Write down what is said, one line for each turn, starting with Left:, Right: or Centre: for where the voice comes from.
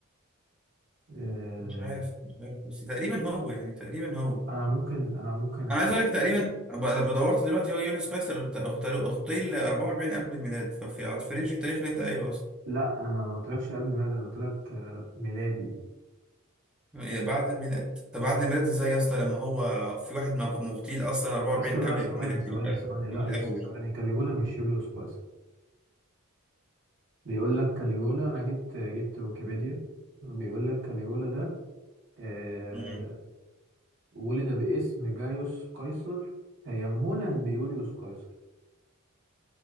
Right: آه،
Centre: مش عارف مش عارف بس تقريبا هو يعني تقريبا هو
Right: انا ممكن انا ممكن أتش...
Centre: انا عايز اقول لك تقريبا أب- لما دورت دلوقتي هو يوليوس قيصر اخطيه ال 44 قبل الميلاد ففي في رينج التاريخ اللي انت قايله اصلا
Right: لا انا ما قلتلكش قبل ميلادي انا قلتلك آه، ميلادي
Centre: يعني بعد الميلاد طب بعد الميلاد ازاي يا اسطى لما هو في واحد مغ- مغتيل اصلا 44
Right: يا اسطى لا
Centre: قبل
Right: ثواني
Centre: الميلاد
Right: ثواني
Centre: دي
Right: ثواني لا
Centre: من
Right: يا
Centre: الاول
Right: اسطى ثواني كاليجولا مش جوليوس قيصر بيقول لك كاليجولا انا جبت جبت ويكيبيديا بيقول لك كاليجولا ده آه
Centre: امم
Right: ولد باسم جايوس قيصر تيمنا بيوليوس قيصر